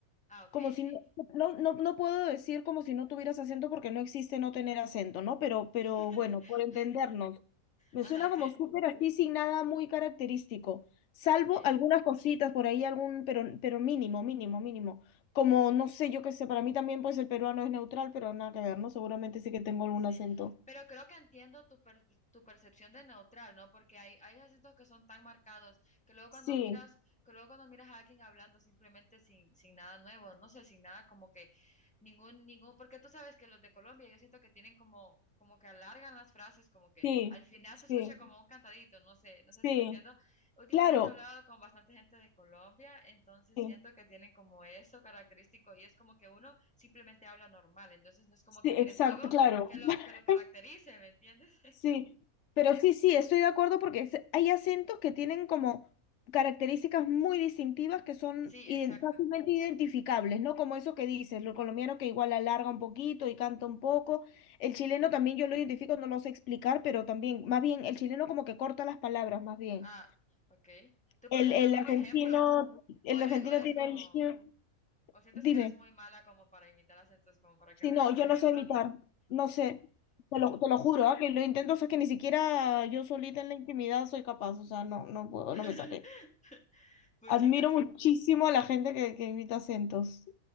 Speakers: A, in the centre; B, on the left.
A: Ah, ok,
B: como si
A: sí.
B: no, no, no, no puedo decir como si no tuvieras acento porque no existe no tener acento, ¿no? Pero, pero
A: <laughs>
B: bueno, por entendernos, me
A: Ajá,
B: suena como
A: sí.
B: súper así sin nada muy característico, salvo
A: Ah, ok.
B: algunas cositas por ahí, algún, pero, pero mínimo, mínimo, mínimo. Como, no sé, yo qué sé, para mí también pues el peruano es neutral, pero nada que ver, ¿no? Seguramente sí que tengo algún
A: Sí,
B: acento.
A: pero creo que entiendo tu, per- tu percepción de neutral, ¿no? Porque hay, hay acentos que son tan marcados que luego
B: Sí,
A: cuando miras, que luego cuando miras a alguien hablando simplemente sin, sin nada nuevo, no sé, sin nada como que ningún, ningún, porque tú sabes que los de Colombia yo siento que tienen como, como que alargan las frases, como que
B: sí,
A: al final
B: sí,
A: se escucha como un cantadito, no sé, no sé
B: sí,
A: si me entiendo. Últimamente
B: claro.
A: he hablado con bastante gente de Colombia, entonces
B: sí.
A: siento que tienen como eso característico y es como que uno simplemente habla normal, entonces no es como
B: Sí,
A: que mires
B: exacto,
A: algo
B: claro.
A: que lo,
B: <laughs>
A: que lo caracterice, ¿me entiendes? <laughs>
B: Sí, pero sí, sí, estoy de acuerdo porque es- hay acentos que tienen como características muy distintivas que son
A: Sí,
B: iden-
A: exacto.
B: fácilmente identificables, ¿no? Como eso que dices, lo colombiano que igual alarga un poquito y canta un poco. El chileno también yo lo identifico, no lo sé explicar, pero también, más bien, el chileno como que corta las palabras, más bien.
A: Ah, ok. ¿Tú podrías
B: El, el
A: darme
B: argentino,
A: un ejemplo?
B: el
A: ¿O eres,
B: argentino
A: o eres
B: tiene
A: como,
B: el...
A: o sientes
B: Dime.
A: que eres muy mala como para imitar acentos, como para que
B: Sí,
A: me
B: no,
A: des un
B: yo
A: ejemplo?
B: no sé imitar, no sé, te lo, te lo juro, ah, Que lo intento, o sea, que ni siquiera yo solita en la intimidad soy capaz, o sea, no, no puedo,
A: <laughs>
B: no me sale.
A: Puchica,
B: Admiro muchísimo a la gente que, que imita acentos.